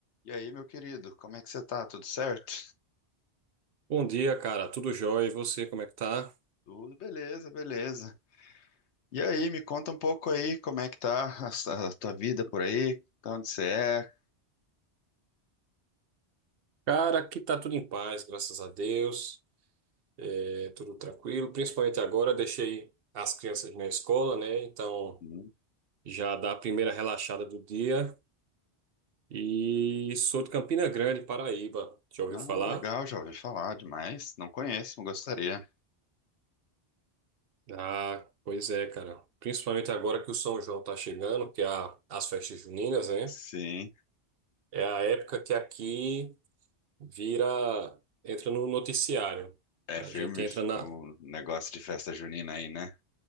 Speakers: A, on the left; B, on the right.
A: E aí, meu querido, como é que você tá? Tudo certo?
B: Bom dia, cara. Tudo jóia? E você, como é que tá?
A: Tudo beleza, beleza. E aí, me conta um pouco aí, como é que tá a, s- a tua vida por aí? Tá onde você é?
B: Cara, aqui tá tudo em paz, graças a Deus. É tudo tranquilo. Principalmente agora, deixei as crianças na escola, né? Então
A: Uhum.
B: já dá a primeira relaxada do dia. E sou de Campina Grande, Paraíba. Já ouviu
A: Ah,
B: falar?
A: legal, já ouvi falar demais. Não conheço, gostaria.
B: Ah, pois é, cara. Principalmente agora que o São João tá chegando, que é a- as festas juninas, né?
A: Sim,
B: É a época que aqui vira, entra no noticiário.
A: é
B: A
A: firme
B: gente entra na,
A: o negócio de festa junina aí, né?